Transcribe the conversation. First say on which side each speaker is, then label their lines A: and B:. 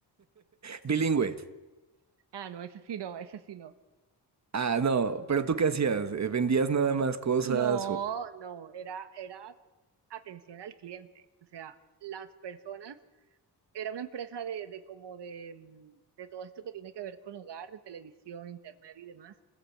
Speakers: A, on the right; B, on the right.
A: <laughs> bilingüe.
B: Ah, no, ese sí no, ese sí no.
A: Ah, no, pero ¿tú qué hacías? Eh, ¿Vendías nada más cosas
B: No,
A: o...?
B: no, era, era atención al cliente. O sea, las personas era una empresa de, de como de, mm, de todo esto que tiene que ver con hogar, de televisión, internet y demás.